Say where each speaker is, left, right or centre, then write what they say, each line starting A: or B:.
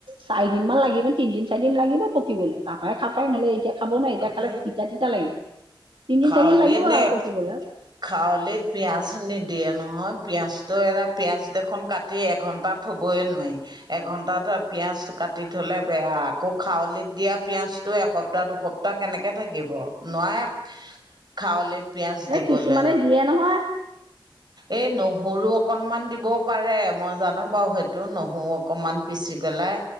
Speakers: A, on the right (about 75°); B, on the right (about 50°).
A: চাৰিদিন মান লাগিব তিনদিন চাৰিদিন লাগিব পকিবলৈ তাপাহে খাব পাৰি নহ'লে এতিয়া খাব নোৱাৰি এতিয়া খালে
B: সেই
A: তিতা তিতা লাগিব তিন দিন
B: খাৰলিত
A: চাৰিদিন লাগিব আৰু পকিবলৈ
B: খাৱলিত পিয়াঁজ নিদিয়ে নহয় পিয়াঁজটো এটা পিয়াজ দেখোন কাটি তি এঘণ্টা থ'বই নোৱাৰি এঘন্টা ত পিয়াঁজ কাটি থলে বেয়া আকৌ খাৱলিত দিয়া পিয়াঁজটো এসপ্তাহ দুসপ্তাহ ত কেনেকে থাকিব নোৱাৰে খাৱলিত পিয়াজ দিবলৈ
A: এ কিছুমানে দিয়ে নহয়
B: এই নহৰু অকণমান দিবও পাৰে মই জানো বাৰু সেইটো নহৰু অকণমান পিচি পেলাই